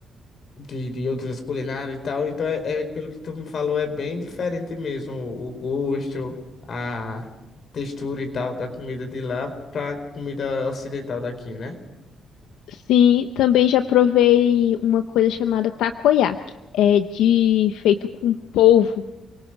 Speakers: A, on the left; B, on the left.
A: de, de outras culinárias e tal. Então, é, é pelo que tu me falou, é bem diferente mesmo o o gosto, a textura e tal da comida de lá pra comida ocidental daqui, né?
B: Sim, também já provei uma coisa chamada takoyaki. É de feito com polvo.